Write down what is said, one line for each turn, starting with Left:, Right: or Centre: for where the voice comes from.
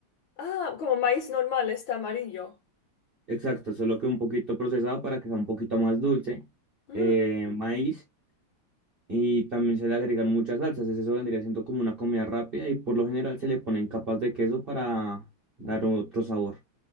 Left: Ah, como maíz normal, este amarillo.
Right: Exacto, solo que un poquito procesado para que sea un poquito más dulce.
Left: Mm,
Right: eh, maíz y también se le agregan muchas salsas. Eso vendría siendo como una comida rápida y por lo general se le ponen capas de queso para dar otro sabor.